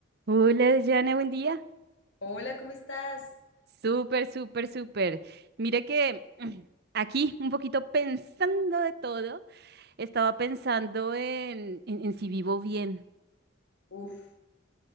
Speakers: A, on the right; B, on the left.
A: Hola, Jana, buen día.
B: Hola, ¿cómo estás?
A: Súper, súper, súper. Mira que <clears throat> mm, aquí, un poquito pensando de todo, estaba pensando en, en, en si vivo bien.
B: Uf,